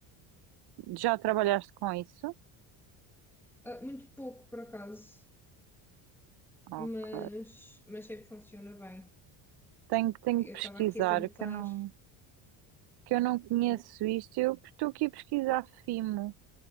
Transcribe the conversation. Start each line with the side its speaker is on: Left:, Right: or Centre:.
Right: Já trabalhaste com isso?
Centre: Ah, muito pouco, por acaso,
Right: Ok.
Centre: mas, mas sei que funciona bem.
Right: Tenho, que- tenho
Centre: Eu
Right: que pesquisar,
Centre: estava aqui a tentar.
Right: que eu não, que eu não conheço
Centre: Era...
Right: isto. Eu estou aqui a pesquisar Fimo.